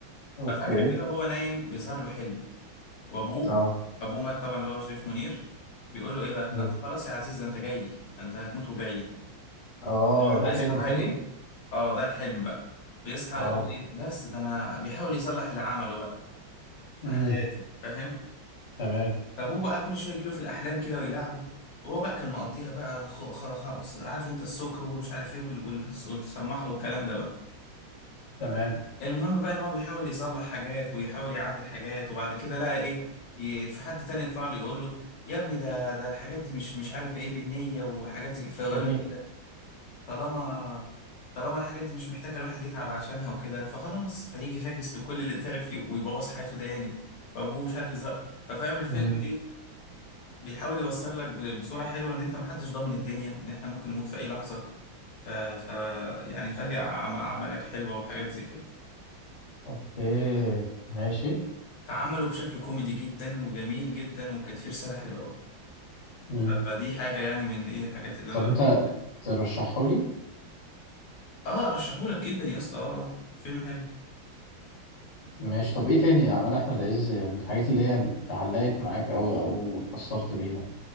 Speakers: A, on the left; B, on the left.
A: اوكي
B: ففجأة كده هو نايم بيظهر له حلم وابوه
A: اه
B: ابوه مات طبعا اللي هو شريف منير بيقول له ايه بقى
A: أمم.
B: ده انت خلاص يا عزيز ده انت جاي لي ده انت هتموت وجاي لي
A: اه
B: كان
A: ده
B: بيصحى
A: حلم
B: بقى
A: حلو
B: ايه اه ده الحلم بقى بيصحى
A: اه
B: يقول ايه بس ده انا بيحاول يصلح اللي عمله بقى في
A: امم
B: حياته فاهم
A: تمام
B: فابوه بقى كل شويه يجيله في الاحلام كده ويلعبه وهو بقى كان مقضيها بقى خ... خ... خ... عارف انت السكر ومش عارف ايه وال... وال... والصرمحه والكلام ده بقى
A: تمام
B: المهم بقى ان هو بيحاول يصلح حاجات ويحاول يعدل حاجات وبعد كده لقى ايه ي... في حد تاني يطلع له يقول له يا ابني ده ده الحاجات دي مش مش عارف ايه بالنية وحاجات زي فيقول
A: يا ابني
B: لك طالما طالما الحاجات دي مش محتاجة الواحد يتعب عشانها وكده فخلاص فيجي فاكس لكل اللي تعب فيه ويبوظ حياته ده يعني فابوه مش عارف يظهر ففاهم الفيلم
A: مم.
B: ايه بيحاول يوصل لك ب- بصورة حلوة ان انت محدش ضامن الدنيا ان احنا ممكن نموت في اي لحظة ف... ف... يعني خلي أعم- اعمالك حلوة وحاجات زي كده
A: اوكي ماشي
B: فعمله بشكل كوميدي جدا وجميل جدا وكانت فيه رسالة حلوة قوي
A: مم.
B: ف... فدي حاجة يعني من ايه الحاجات اللي
A: طب
B: انا
A: انت
B: بحبها
A: ترشحه لي
B: اه ارشحهولك جدا يا اسطى اه آه، فيلم حلو
A: ماشي طب ايه تاني اعمال احمد عز من الحاجات اللي هي علقت معاك قوي او اتأثرت بيها